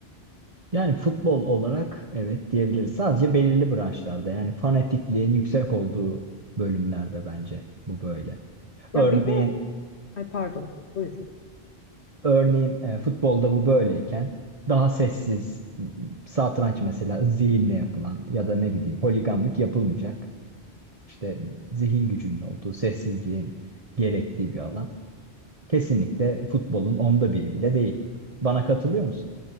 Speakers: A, on the right; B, on the left.
A: Yani futbol olarak evet diyebiliriz. Sadece belirli branşlarda yani fanatikliğin yüksek olduğu bölümlerde bence bu böyle.
B: Ya
A: Örneğin
B: bir de, ay pardon, buyur.
A: örneğin e, futbolda bu böyleyken daha sessiz m, satranç mesela zihinle yapılan ya da ne bileyim holiganlık yapılmayacak. İşte zihin gücünün olduğu, sessizliğin gerektiği bir alan. Kesinlikle futbolun onda biri bile değil. Bana katılıyor musun?